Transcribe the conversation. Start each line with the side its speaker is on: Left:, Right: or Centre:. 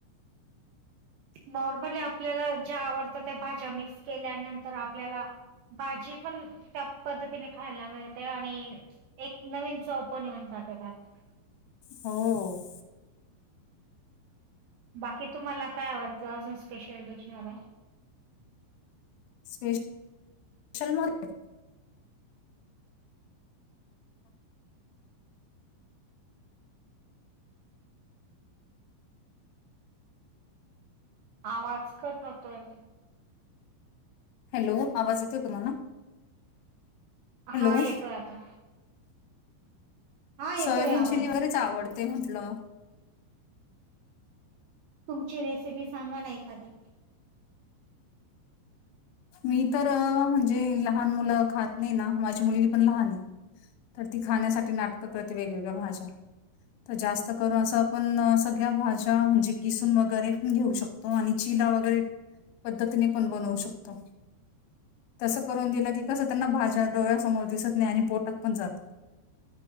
Right: नॉर्मली आपल्याला ज्या आवडतं त्या भाज्या मिक्स केल्यानंतर आपल्याला. भाजी पण त्या पद्धतीने खायला मिळते आणि एक नवीन चव पण येऊन जाते. का का <unintelligible> <inaudible>
Left: हो....
Right: बाकी तुम्हाला काय आवडतं अजून स्पेशल डिश मध्ये?
Left: स्पेशल मध्ये.
Right: आवाज कट होतोय.
Left: हॅलो आवाज येतोय तुम्हाला? हॅलो
Right: हा येतोय आता. हा येतोय
Left: सोयाबीन
Right: आवाज
Left: चिल्ली वगैरेच आवडते म्हंटलं.
Right: तुमची रेसिपी सांगा ना एखादी. <unintelligible> <inaudible>
Left: मी तर म्हणजे लहान मुलं खात नाही ना माझी मुलगी पण लहान आहे. तर ती खाण्यासाठी नाटकं
Right: हो
Left: करते वेगवेगळ्या भाज्या.
Right: <unintelligible> <inaudible>
Left: तर जास्त करून असं आपण सगळ्या भाज्या म्हणजे किसून वगैरे पण घेऊ शकतो आणि चिला वगैरे पद्धतीने पण बनवू शकतो. तसं करून दिलं की कसं त्यांना भाज्या डोळ्यासमोर दिसत नाही आणि पोटात. पण भरून जातो.